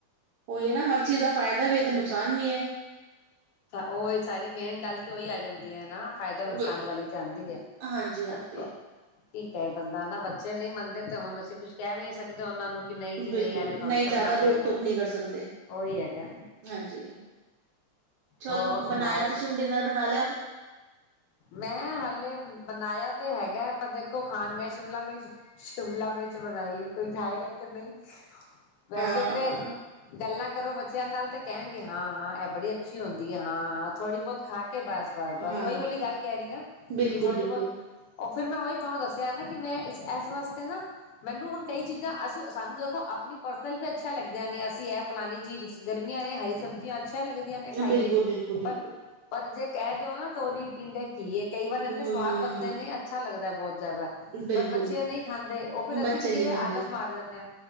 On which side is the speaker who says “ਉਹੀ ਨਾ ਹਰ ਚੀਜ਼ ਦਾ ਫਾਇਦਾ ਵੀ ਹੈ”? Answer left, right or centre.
Right